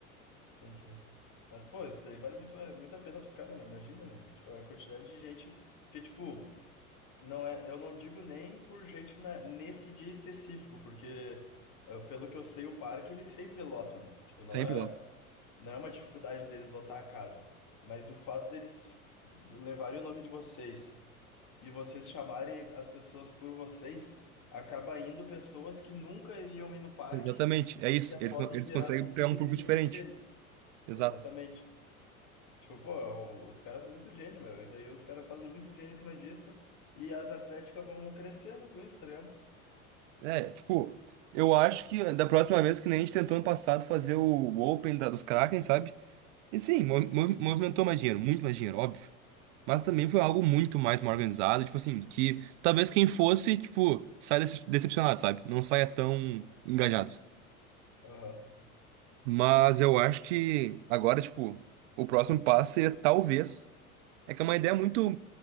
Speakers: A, on the left; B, on the right.
A: sim, sim. Mas, pô, isso daí vale muito, é, muito a pena pros caras, meu. Imagina, meu. Tipo, a quantidade de gente que, tipo, não é. Eu não digo nem por gente na, nesse dia específico, porque, ah, pelo que eu sei, o parque ele sempre lota, né? Tipo, não
B: Sempre
A: é,
B: lota.
A: não é uma dificuldade deles lotar a casa. Mas o fato deles levarem o nome de vocês. e vocês chamarem as pessoas por vocês, acaba indo pessoas que nunca iriam ir no parque
B: Exatamente, é
A: e
B: isso.
A: que
B: Eles,
A: podem
B: con- eles
A: virar
B: conseguem
A: possíveis
B: pegar um público
A: clientes
B: diferente.
A: deles.
B: Exato.
A: Exatamente. Tipo, pô, o- os caras são muito gênio, meu. E daí os caras fazem muito dinheiro em cima disso e as atléticas vão crescendo com isso, tá ligado?
B: É, tipo, eu acho que da próxima vez que nem a gente tentou ano passado fazer o Open da, dos Kraken, sabe? E sim, mo- mo- movimentou mais dinheiro, muito mais dinheiro, óbvio. Mas também foi algo muito mais mal organizado, tipo assim, que talvez quem fosse, tipo, saia dece- decepcionado, sabe? Não saia tão engajado.
A: Aham.
B: Mas eu acho que agora, tipo, o próximo passo é talvez. É que é uma ideia muito,